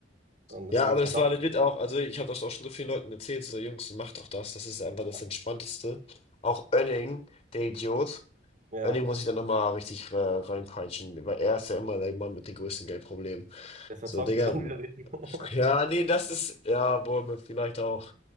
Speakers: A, on the right; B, on the left.
A: Dann
B: Ja,
A: ist irgendwie
B: aber
A: Verdacht.
B: das war legit auch, also ich habe das auch schon so vielen Leuten erzählt, so Jungs, macht doch das, das ist einfach das
A: Ja,
B: Entspannteste. Auch Önning, der Idiot,
A: ja.
B: Önning muss ich dann nochmal richtig äh, reinpeitschen, weil er ist ja immer der Mann mit den größten Geldproblemen.
A: der verzockt
B: So, Digga,
A: es dann wieder richtig. <laughs>
B: ja, nee, das ist, ja, wohl, vielleicht auch.